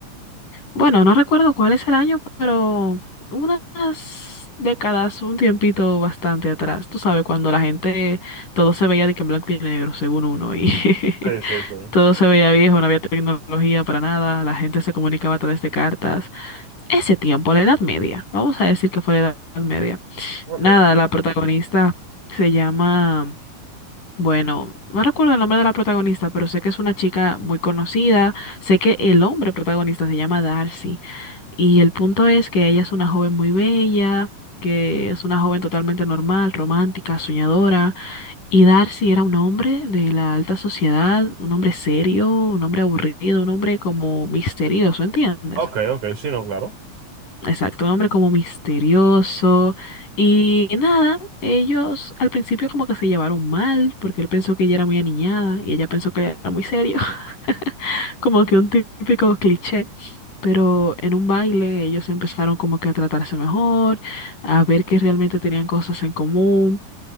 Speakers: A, on the left; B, on the right.
A: Bueno, no recuerdo cuál es el año, pero unas décadas, un tiempito bastante atrás. Tú sabes, cuando la gente, todo se veía de que en blanco y negro, según uno, y <laughs>
B: Sí, sí, sí.
A: todo se veía viejo, no había tecnología para nada, la gente se comunicaba a través de cartas. Ese tiempo, la Edad Media, vamos a decir que fue la Edad Media.
B: Ok,
A: Nada, la protagonista se llama, bueno, no recuerdo el nombre de la protagonista, pero sé que es una chica muy conocida, sé que el hombre protagonista se llama Darcy. Y el punto es que ella es una joven muy bella, que es una joven totalmente normal, romántica, soñadora. Y Darcy era un hombre de la alta sociedad, un hombre serio, un hombre aburrido, un hombre como misterioso, ¿entiendes?
B: ok, ok, sí, no, claro.
A: Exacto, un hombre como misterioso. Y nada, ellos al principio como que se llevaron mal, porque él pensó que ella era muy aniñada y ella pensó que era muy serio. <laughs> Como que un típico cliché, pero en un baile ellos empezaron como que a tratarse mejor, a ver que realmente tenían cosas en común